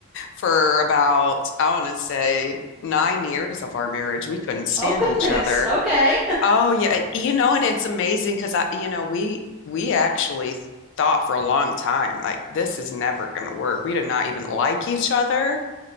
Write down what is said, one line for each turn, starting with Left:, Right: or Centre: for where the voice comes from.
Left: for about, I want to say, nine years of our marriage. We couldn't stand
Centre: Oh, goodness.
Left: each other.
Centre: Okay.
Left: Oh yeah, you know, and it's amazing because I, you know, we we actually thought for a long time like this is never going to work. We did not even like each other.